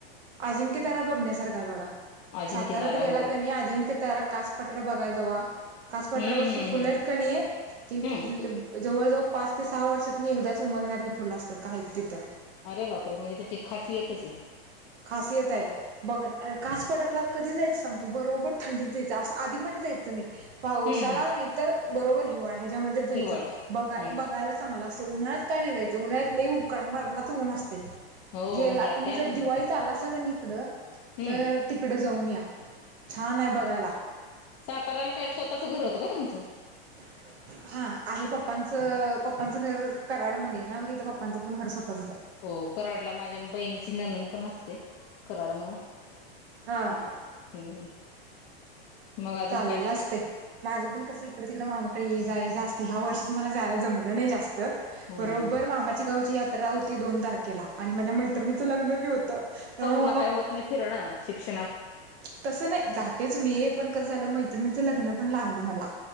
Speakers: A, on the right (about 85°); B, on the left (about 30°).
A: अजिंक्यतारा बघण्यासारखा आहे बघा
B: अजिंक्य
A: साताऱ्यात
B: तारा
A: गेला
B: हो
A: कणी अजिंक्यतारा कास पठार बघायला जावा कास
B: हम्म
A: पठारा वरची
B: हम्म
A: फुल
B: हम्म
A: आहेत कणी ती -जवळजवळ
B: हम्म
A: पाच ते सहा वर्षातन एकदाच उमलणारी फुलं असतात, आहेत तिथं
B: अरे बापरे म्हणजे त्याची खासियतच आहे
A: खासियत आहे बघ कास पठारला कधी जायचं सांगतो बरोबर थंडीत द्यायचं असं आधी म जायचं नाही पावसाळा
B: हम्म हम्म
A: नाहीतर बरोबर हिवाळा ह्याच्यामध्येच जायचं
B: हिवाळा हम्म
A: बघाय -बघायला चांगला अस उन्हाळ्यात काय नाही जायचं उन्हाळ्यात लय उका- मरनाच ऊन असतय
B: हो
A: गेला
B: उन्हाळ्यात
A: तुम्ही
B: काय
A: जर
B: बघण्यासारखं
A: दिवाळी आलासा कणी इकडं
B: हम्म
A: तर तिकडं जाऊन या छान आहे बघायला
B: साताराला काय स्वतःच घर होतं का तुमचं?
A: ह् <inaudible> <inaudible> हा आहे पप्पांचं -पप्पांचं घर कराडमध्ये आहे ना मग इथ पप्पांचं पण घर स्वतःच च आहे.
B: हो कराडला माझ्या बहिणीची ननंद पण असते कराड म <inaudible>
A: हा
B: तिथे, हम्म... मग अजून
A: चाललेलं
B: काय
A: असतय माझं पण कस इकड- तिकड मामाकडे येजा येजा असतय ह्या वर्षी मला जायला जमलं नाही जास्त
B: हम्म
A: बरोबर मामाच्या गावची यात्रा होती दोन तारखेला आणि माझ्या मैत्रिणीचं लग्न बी होतं
B: तूला
A: मला
B: काय होत नाही फिरणं शिक्ष
A: तसं नाही जातेच मी पण कसं झालं मैत्रिणीचं लग्न पण लागलं मला